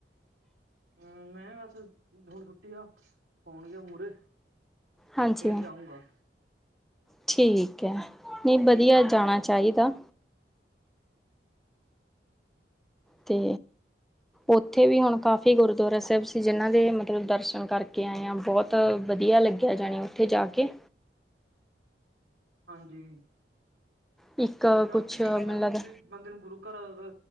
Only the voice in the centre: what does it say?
ਹਾਂਜੀ
ਠੀਕ ਐ, ਨਹੀਂ ਵਧੀਆ ਜਾਣਾ ਚਾਹੀਂਦਾ। ਤੇ ਉੱਥੇ ਵੀ ਹੁਣ ਕਾਫ਼ੀ ਗੁਰਦੁਆਰਾ ਸਾਹਿਬ ਸੀ, ਜਿਹਨਾਂ ਦੇ ਮਤਲਬ ਦਰਸ਼ਨ ਕਰਕੇ ਆਏ ਆ, ਬੋਤ ਤ ਵਧੀਆਂ ਲੱਗਿਆਂ ਜਾਣੀ, ਉੱਥੇ ਜਾ ਕੇ।
ਇੱਕ
ਕੁਛ
ਮੈਨੂੰ
ਲੱਗਦਾ